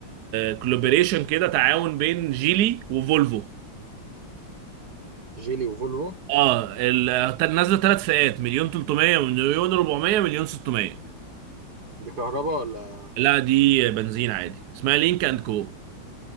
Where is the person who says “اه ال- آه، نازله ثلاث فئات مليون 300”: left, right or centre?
Right